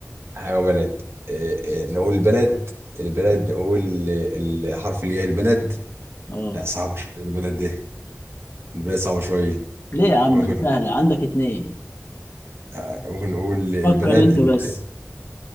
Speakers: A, on the right (about 55°); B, on the left (about 45°).
A: حيوان بلد آه، آه، نقول بلد البلد نقول آه، الحرف اللي هي البلد
B: اه
A: لا صعبة شوية البلد دي البلد صعبة شوية
B: ليه يا عم
A: ممكن
B: ده سهلة عندك اتنين
A: آه، ممكن نقول البلد
B: فكر انت
A: البلد
B: بس